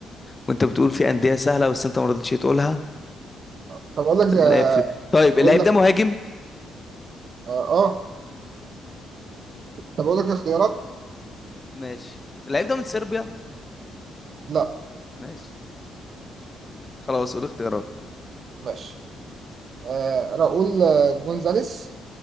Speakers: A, on the left; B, on the right.
A: وانت بتقول في انديه سهله بس انت ما رضيتش تقولها
B: آه. طب أقول لك زي
A: لعب في طيب
B: أقول
A: اللعيب
B: لك
A: ده مهاجم
B: آه, آه طب أقول لك اختيارات
A: ماشي اللعيب ده من صربيا
B: لا
A: ماشي خلاص قول اختيارات
B: ماشي آه راؤول آه، جونزاليس